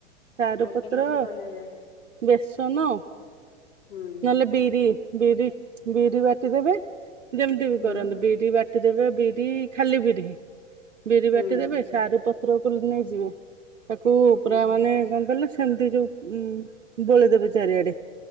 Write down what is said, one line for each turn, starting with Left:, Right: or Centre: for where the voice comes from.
Right: ସାରୁପତ୍ର,
Left: ହଁ କେମିତି ବନାଯାଏ
Right: ବେସନ
Left: ହୁଁ।
Right: ନହେଲେ ବିରି ବିରି ବିରି ବାଟି ଦେବେ ଯେମିତି ବି
Left: ହୁଁ
Right: କରନ୍ତି ବିରି ବାଟିଦେବେ ବିରି ଖାଲି ବିରି ବିରି
Left: ହୁଁ
Right: ବାଟିଦେବେ। ସାରୁ ପତ୍ରକୁ ନେଇଯିବେ। ତାକୁ
Left: ହୁଁ।
Right: ପୁରା ମାନେ କଣ କହିଲ ସେମିତି ଯୋଉ ଉ ଗୋଳେଇଦେବେ ଚାରିଆଡେ।